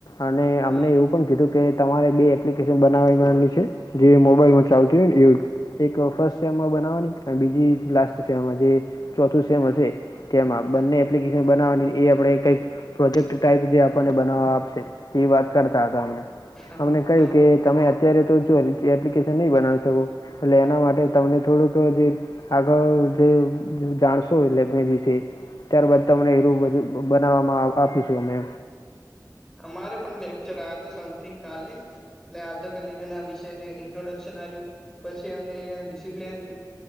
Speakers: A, on the left (about 60°); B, in the centre.
A: અને
B: હ
A: અમને એવું પણ કીધું કે, તમારે બે એપ્લિકેશન બનાવવાની છે. જે મોબાઈલમાં ચાલતી હોય ને, એ એક ફાસ્ટ સમમાં બનાવવાની. બીજી લાસ્ટ સેમ, જે ચોથું સેમ હશે, તેમાં બંને એપ્લિકેશન બનાવાની, એ આપણે કંઈક પ્રોજેક્ટ ટાઈપ, જે આપને બનાવવા આપશે. એ વાત કરતા હતા.
B: હ હ
A: અમને કહ્યું કે,
B: હ હ
A: તમે અત્યારે તો જો એપ્લિકેશન નહીં બનાવી શકો, એટલે એના માટે તમને થોડુંક જે આગળ જે જાણશો, એટલે મે વિશે ત્યારબાદ તમને એરુ બધું બનાવવામાં આપીશું અમે.
B: અમારે પણ લેક્ચર આયો તો. સમથિંગ કાલે એટલે આવે, તો પેને એના વિષયને ઇન્ટ્રોડક્શન હાજુ. પછી એમનેને ડિસિપ્લન